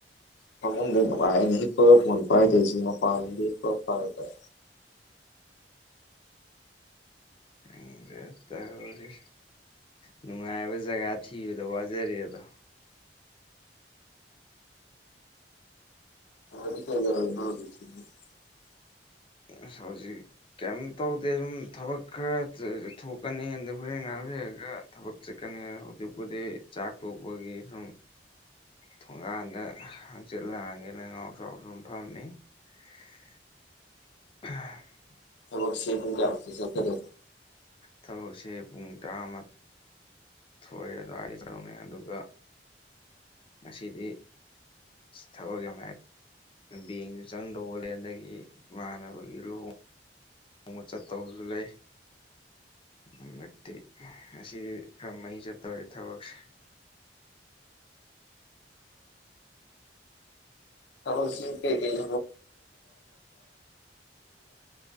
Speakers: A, on the left; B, on the left.
A: ꯐꯃꯨꯡꯗ ꯅꯨꯡꯉꯥꯏꯅ ꯍꯤꯞꯄꯒ ꯐꯣꯟ ꯄꯥꯏꯗꯣꯏꯁꯤ ꯃꯄꯥꯟꯗ ꯍꯤꯞꯄꯒ <unintelligible>
B: ꯈꯪꯗꯦ ꯇꯧꯔꯤꯁꯦ ꯅꯨꯡꯉꯥꯏꯕ ꯖꯒꯥ ꯊꯤꯕꯗ ꯋꯥꯖꯔꯦ ꯑꯗꯣ
A: <unintelligible>
B: ꯑꯁ ꯍꯧꯖꯤꯛ ꯀꯦꯝꯇꯧꯗꯦ ꯁꯨꯝ ꯊꯕꯛ ꯈꯔ ꯊꯣꯛꯀꯅꯤ ꯍꯣꯔꯦꯟ ꯉ ꯂꯩꯔꯒ ꯊꯕꯛ ꯆꯠꯀꯅꯤ ꯑꯗꯣ ꯍꯧꯖꯤꯛꯄꯨꯗꯤ ꯆꯥꯛ ꯇꯣꯛꯄꯒꯤ ꯁꯨꯝ ꯊꯣꯡꯒꯥꯟꯗ ꯍꯥꯡꯆꯤꯠ ꯂꯥꯡꯒꯦꯅ ꯉꯥꯎ ꯆꯥꯎ ꯁꯨꯝ ꯐꯝꯃꯤ <unintelligible>
A: ꯊꯕꯛꯁꯤ ꯄꯨꯡ ꯀꯌꯥ ꯃꯨꯛꯀ ꯆꯠꯀꯗꯒꯦ
B: ꯊꯕꯛꯁꯦ ꯄꯨꯡ ꯇꯔꯥꯃ ꯊꯣꯛꯑꯦ ꯑꯗꯨꯋꯥꯗꯧꯅꯦ ꯑꯗꯨꯒ ꯉꯁꯤꯗꯤ ꯊꯕꯛ ꯌꯥꯝꯃꯦꯍꯦ ꯕꯦꯡꯁꯨ ꯆꯪꯗꯧꯕ ꯂꯩ ꯑꯗꯒꯤ ꯏꯃꯥꯟꯅꯕꯒꯤ ꯂꯨꯍꯣꯡ ꯍꯣꯡꯕ ꯆꯠꯇꯧꯕꯁꯨ ꯂꯩ ꯍꯟꯗꯛꯇꯤ ꯉꯁꯤꯗꯤ ꯈꯔ ꯃꯩ ꯆꯠꯇꯧꯔꯤ ꯊꯕꯛꯁꯦ
A: ꯊꯕꯛꯁꯤ ꯀꯩ ꯀꯩ